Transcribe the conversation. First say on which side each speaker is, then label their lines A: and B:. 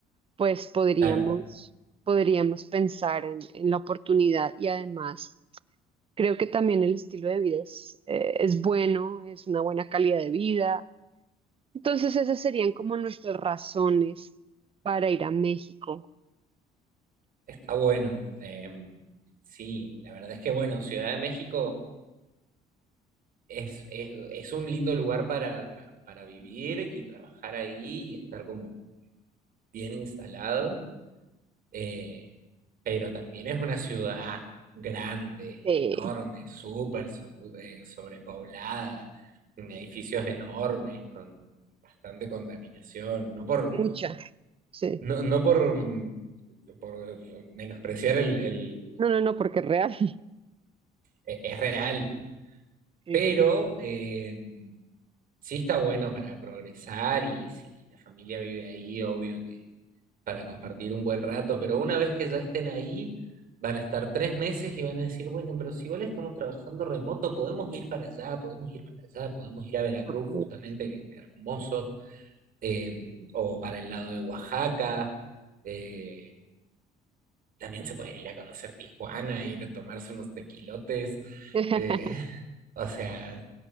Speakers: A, on the right (about 35°); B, on the right (about 55°).
A: pues podríamos,
B: Claro,
A: podríamos pensar en, en la oportunidad y además creo que también el estilo de vida es, eh, es bueno, es una buena calidad de vida. Entonces esas serían como nuestras razones para ir a México.
B: está bueno. Em, sí, la verdad es que bueno, Ciudad de México es, es, es un lindo lugar para, tra- para vivir y trabajar ahí y estar como bien instalado. Eh, pero también es una ciudad grande,
A: Este,
B: enorme, súper so- eh, sobrepoblada, en edificios enormes, con bastante contaminación, no por,
A: muchas. Sí.
B: no, no por, mm, por menospreciar el, el-
A: No, no, no, porque es real. <laughs>
B: e- es real,
A: Sí,
B: pero
A: sí.
B: eh, sí está bueno para progresar y si la familia vive ahí, obvio para compartir un buen rato, pero una vez que ya estén ahí, van a estar tres meses y van a decir, bueno, pero si igual estamos trabajando remoto, podemos ir para allá, podemos ir para allá, podemos ir a Veracruz
A: Por favor.
B: justamente, que es hermoso, eh, o para el lado de Oaxaca, eh, también se pueden ir a conocer Tijuana, ir a tomarse unos tequilotes,
A: <laughs>
B: eh, <laughs> o sea,